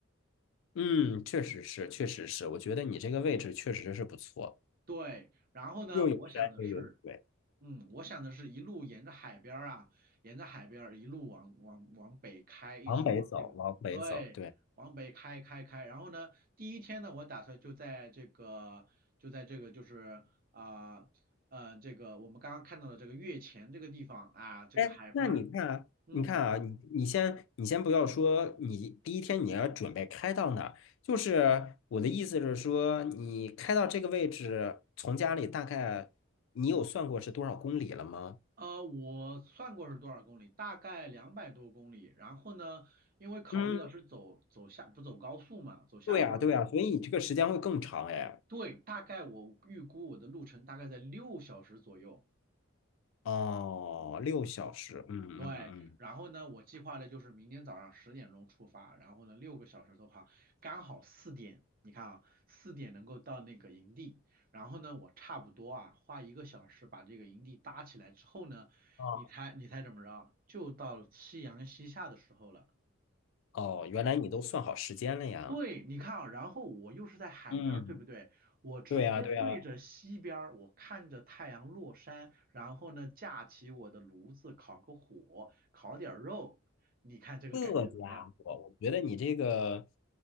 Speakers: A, on the left; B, on the right.
A: 嗯，确实是，确实是。我觉得你这个位置确实是不错，
B: 对，然后呢，
A: 又有山又有水，
B: 我想的是，嗯，我想的是一路沿着海边儿啊，沿着海边儿一路往往往北开，一直往这个，
A: 往北走，往北走，
B: 对，
A: 对。
B: 往北开开开。然后呢，第一天呢，我打算就在这个就在这个就是啊呃，这个我们刚刚看到的这个月前这个地方啊，这个海边儿，
A: 哎，那你看啊，
B: 嗯。
A: 你看啊，你你先你先不要说，你第一天你要准备开到哪儿？就是我的意思是说，你开到这个位置，从家里大概你有算过是多少公里了吗？
B: 呃，我算过是多少公里，大概两百多公里。然后呢，因为考虑到是走走下不走高速嘛，
A: 嗯，
B: 走下边儿的路嘛。
A: 对呀，对呀，所以你这个时间会更长哎。
B: 对，大概我预估我的路程大概在六小时左右。
A: 哦，六小时，嗯嗯嗯。
B: 对，然后呢，我计划的就是明天早上十点钟出发，然后呢，六个小时的话，刚好四点。你看啊，四点能够到那个营地，然后呢，我差不多啊，花一个小时把这个营地搭起来之后呢，
A: 哦
B: 你猜你猜怎么着？就到夕阳西下的时候了。
A: 哦，原来你都算好时间了呀。
B: 对，你看啊，然后我又是在海边儿，
A: 嗯，
B: 对不对？我直接对着西边儿，
A: 对呀，对呀，
B: 我看着太阳落山，然后呢，架起我的炉子，烤个火，烤点儿肉，你看这个感觉怎么样？
A: 这家伙，我觉得你这个。